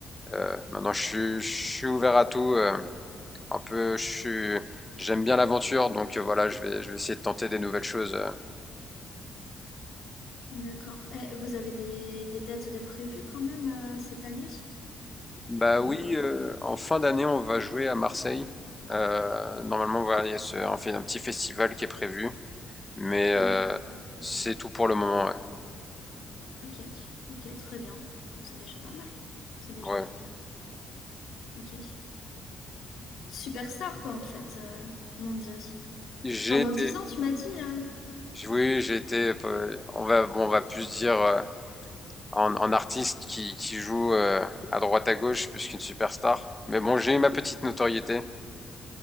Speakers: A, on the left; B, on the left.
A: Euh, maintenant je suis, je suis ouvert à tout. euh, un peu, je suis, j'aime bien l'aventure. Donc euh, voilà, je vais, je vais essayer de tenter des nouvelles choses. euh.
B: D'accord. Et vous avez des, des dates de prévues quand même euh, cette année?
A: Bah
B: Ou
A: oui,
B: même pas?
A: euh, en fin d'année, on va jouer à Marseille. Euh, normalement, voilà, il y a ce- on fait un petit festival qui est prévu. Mais euh,
B: D'accord.
A: c'est tout pour le moment. Ouais.
B: Ok. Ok, très bien. Bon, c'est déjà pas mal. C'est déjà
A: Ouais.
B: pas mal. Ok. Superstar, quoi, en fait. euh, mon Dieu.
A: J'ai
B: Pendant
A: été,
B: dix ans, tu m'as dit. euh,
A: oui, j'ai été. euh, On va, bon, on va plus dire. euh, en, en artiste qui, qui joue euh, à droite à gauche plus qu'une superstar. Mais bon, j'ai eu ma petite notoriété